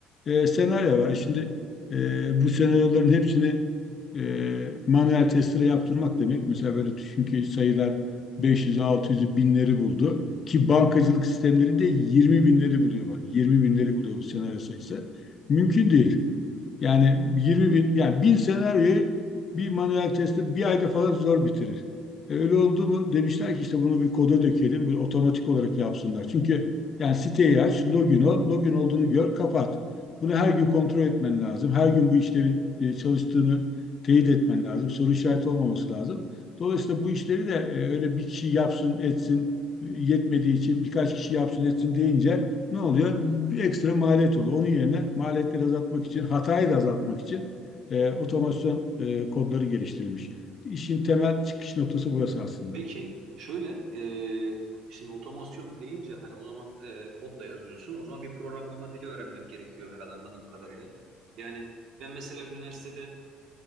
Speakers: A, on the left; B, on the right.
A: e, senaryo var. Şimdi e, bu senaryoların hepsini e, manuel testere yaptırmak demek. Mesela böyle düşün ki sayılar 500'ü, 600'ü, binleri buldu. Ki bankacılık sistemleri de 20 binleri buluyor. Bak, 20 binleri buluyor bu senaryo sayısı. Mümkün değil. Yani 20 bin, yani 1000 senaryoyu bir manuel tester bir ayda falan zor bitirir. E, öyle oldu mu? Demişler ki işte bunu bir koda dökelim, böyle otomatik olarak yapsınlar. Çünkü yani siteyi aç, login ol, login olduğunu gör, kapat. Bunu her gün kontrol etmen lazım. Her gün bu işlemin e, çalıştığını teyit etmen lazım. Soru işareti olmaması lazım. Dolayısıyla bu işleri de e, öyle bir kişi yapsın, etsin e, yetmediği için birkaç kişi yapsın, etsin deyince ne oluyor? Bir ekstra maliyet oluyor. Onun yerine maliyetleri azaltmak için, hatayı da azaltmak için e, otomasyon e, kodları geliştirilmiş. İşin temel çıkış noktası burası aslında.
B: Peki şöyle e, şimdi otomasyon deyince hani o zaman e, kodla yazıyorsun. O zaman bir programlama dili öğrenmek gerekiyor herhalde anladığım kadarıyla. Yani ben mesela üniversitede